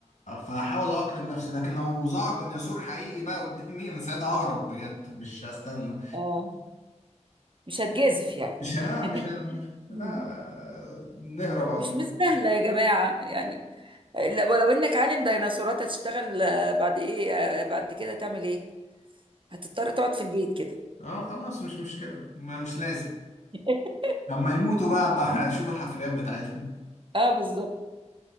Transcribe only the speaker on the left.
فهحاول اقلم نفسي لكن لو ظهر ديناصور حقيقي بقى قدامي انا ساعتها ههرب بجد مش هستنى
مش ها
مش ه- لا
نهرب على
طول
اه خلاص مش مشكله ما- مش لازم
لما يموتوا بقى بقى <laughs> اشوف الحفريات بتاعتهم